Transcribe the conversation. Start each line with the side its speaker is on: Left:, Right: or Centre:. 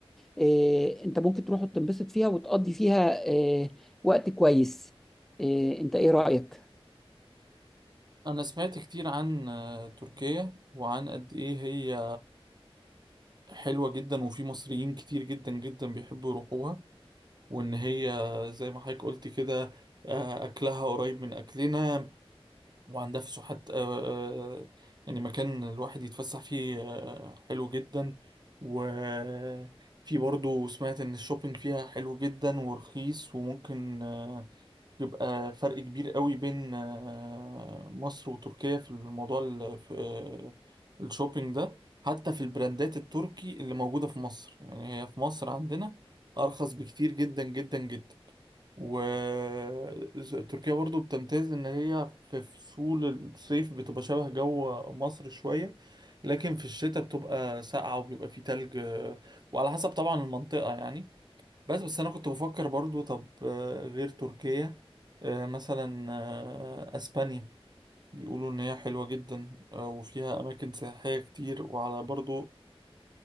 Centre: آه، أنت ممكن تروح وتنبسط فيها وتقضي فيها آه، وقت كويس آه، أنت إيه رأيك؟
Right: أنا سمعت كتير عن آه، تركيا وعن قد إيه هي حلوة جدا وفي مصريين كتير جدا جدا بيحبوا يروحوها وإن هي زي ما حضرتك قلت كده آه، أكلها قريب من أكلنا وعندها فسحات آه، آه، يعني مكان الواحد يتفسح فيه آه، حلو جدا وفي برضو سمعت إن الشوبينج فيها حلو جدا ورخيص وممكن آه، يبقى فرق كبير قوي بين آه، مصر وتركيا في الموضوع ال- في، آه، الشوبينج ده حتى في البراندات التركي اللي موجودة في مصر يعني هي في مصر عندنا أرخص بكتير جدا جدا جدا وتركيا برضو بتمتاز إن هي في فصول الصيف بتبقى شبه جو مصر شوية لكن في الشتاء بتبقى ساقعة وبيبقى فيه تلج آه، وعلى حسب طبعا المنطقة يعني بس بس انا كنت بفكر برضو طب آه، غير تركيا آه، مثلا آه، اسبانيا بيقولوا ان هي حلوة جدا آه، وفيها اماكن سياحية كتير وعلى برضو